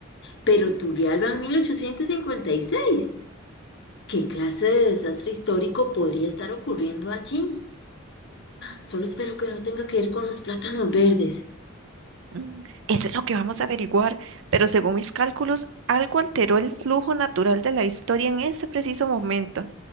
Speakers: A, on the left; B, on the right.
A: pero Turrialba en 1856. ¿Qué clase de desastre histórico podría estar ocurriendo allí? Solo espero que no tenga que ver con los plátanos verdes.
B: Mm. Eso es lo que vamos a averiguar, pero según mis cálculos, algo alteró el flujo natural de la historia en ese preciso momento.